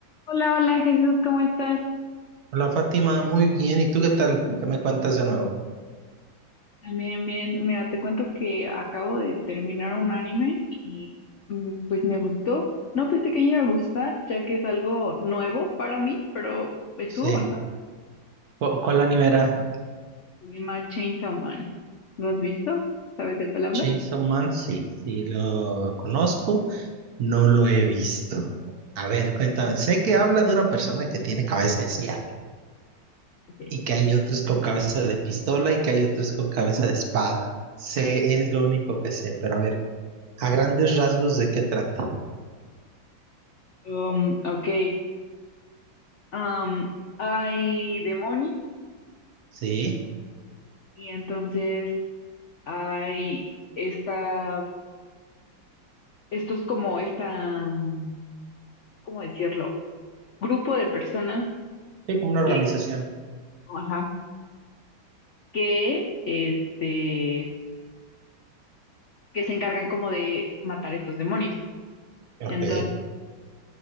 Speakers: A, on the left (about 85°); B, on the right (about 60°).
A: Hola, hola Jesús, ¿cómo estás?
B: Hola Fátima, muy bien. ¿Y tú qué tal? ¿Qué me cuentas de nuevo?
A: También bien, mira, te cuento que acabo de terminar un anime y mm, pues me gustó. No pensé que me iba a gustar, ya que es algo nuevo para mí, pero estuvo
B: Sí.
A: bastante
B: ¿Cu- ¿Cuál anime era?
A: bien. Se llama Chainsaw Man. ¿Lo has visto? ¿Sabes de cuál hablo?
B: Chainsaw Man, sí, sí lo conozco, no lo he visto. A ver, cuéntame. Sé que habla de una persona que tiene cabeza de sierra
A: <laughs>
B: y que hay otros con cabeza de pistola y que hay otros con cabeza de espada. Sé, es lo único que sé, pero a ver, a grandes rasgos de qué trata.
A: Um, ok, um hay demonios
B: Sí,
A: y entonces hay esta, estos como esta, mm, ¿cómo decirlo? Grupo de personas
B: sí, como una organización.
A: que, ajá, que, este, que se encargan como de matar estos demonios.
B: Ok,
A: Entonces,